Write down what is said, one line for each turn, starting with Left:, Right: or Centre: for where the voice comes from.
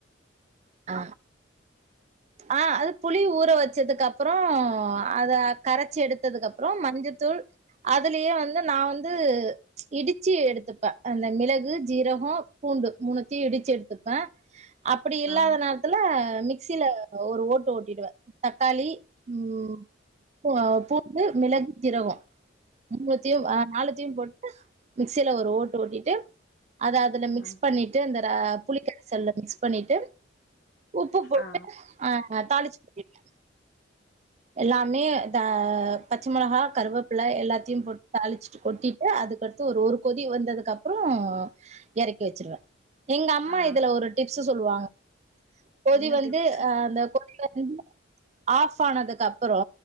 Right: அ
Left: <inaudible>
Right: ஆ அது புளி ஊற வச்சதுக்கு அப்பறோ அத கரைச்சி எடுத்ததுக்கு அப்பறோ மஞ்சத்தூள் அதுலயே வந்து நா வந்து இடிச்சு எடுத்துப்பே அந்த மிளகு ஜீரஹோ பூண்டு மூணுத்தையு இடிச்சு எடுத்துப்பே அப்டி இல்லாதனா
Left: ஆ
Right: ல மிக்சியில ஒரு ஓட்டு ஓட்டிடுவே தக்காளி ம் பூ பூண்டு மிளகு ஜீரகோ மூணத்தையு அ நாலத்தையு போட்டு மிக்சியில ஒரு ஓட்டு ஓட்டிட்டு அத அதுல மிக்ஸ்
Left: ஆ
Right: பண்ணிட்டு அந்த ர புளிக்கரசல்ல மிக்ஸ் பண்ணிட்டு உப்பு போட்டு
Left: ஆ
Right: ஆ தாளிச்சு கொட்டிருவே எல்லாமே தா பச்சை மிளகா கருவேப்பில எல்லாத்தையு போட்டு தாளிச்சு கொட்டிட்டு அதுக்கடுத்து ஒரு ஒரு கொதி வந்ததுக்கு அப்பறோ இறக்கி வச்சிருவே எங்க அம்மா
Left: ஆ
Right: இதுல ஒரு டிப்ஸ்சு சொல்லுவாங்க கொதி
Left: என்ன
Right: வந்து
Left: டிப்ஸு
Right: அ அந்த கொதி வந்து ஆஃப் ஆனதுக்கு அப்பறோ